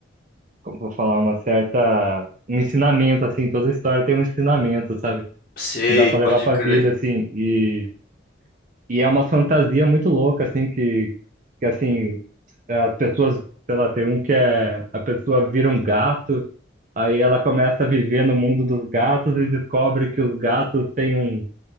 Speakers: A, on the right; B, on the left.
A: como eu vou falar, uma certa, um ensinamento, assim, toda história tem um ensinamento, sabe?
B: Sei,
A: Que dá pra
B: pode
A: levar pra
B: crer.
A: vida, assim, e, e é uma fantasia muito louca, assim, que, que assim, as pessoas, sei lá, tem um que é, a pessoa vira um gato, aí ela começa a viver no mundo dos gatos e descobre que os gatos têm um